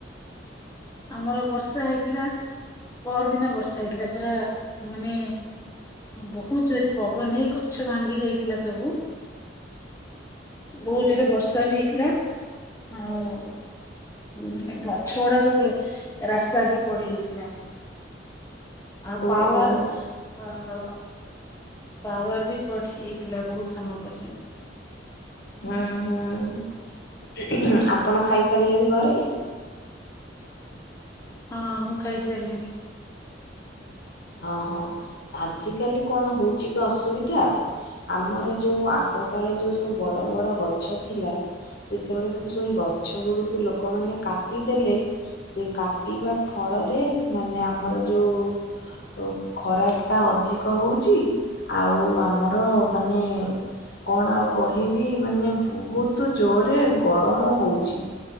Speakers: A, on the left (about 15°); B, on the left (about 60°).
A: ଆମର ବର୍ଷା ହେଇଥିଲା ପରଦିନ ବର୍ଷା ହେଇଥିଲା ପାରା ମାନେ ବହୁତ ଜୋରେ ପବନ ହେଇ ଗଛ ଭାଙ୍ଗି ଯାଇଥିଲା ସବୁ ବହୁତ ଜୋରେ ବର୍ଷା ବି ହେଇଥିଲା ଆଉ ମାନେ ଗଛ ଗଡା ସବୁ ରଖ ରାସ୍ତା ଉପରେ ପଡିଯାଇଥିଲା। ଆ ପାୱାର
B: ଓହୋ
A: ଅ ପାୱାର ବି କଟ୍ ହେଇଥିଲା ବହୁତ ସମୟ ପର୍ଯ୍ୟନ୍ତ।
B: ହୁଁ ହୁଁ ଆପଣ ଖାଇସାରିଲେଣି ଘରେ?
A: ହଁ ମୁଁ ଖାଇସାରିଲଣିି।
B: ହଁ ହଁ ଆଜିକାଲି କଣ ହଉଛି କି ଅସୁବିଧା ଆମର ଯୋଉ ଆଗ କାଳେ ଯୋଉ ସବୁ ବଡ ବଡ ଗଛ ଥିଲା ଯେତେବେଳେ ସବୁ ସେଇ ଗଛ ଗୁଡିକୁ ଲୋକମାନେ କାଟିଦେଲେ ସେ କାଟିବା ଫଳରେ ମାନେ ଆମର ଯୋଉ ଯୋଉ ଖରାଟା ଅଧିକ ହେଉଚି ଆଉ ଆମର ମାନେ କଣ ଆଉ କହିବି ମାନେ ବହୁତ ଜୋରରେ ଗରମ ହେଉଚି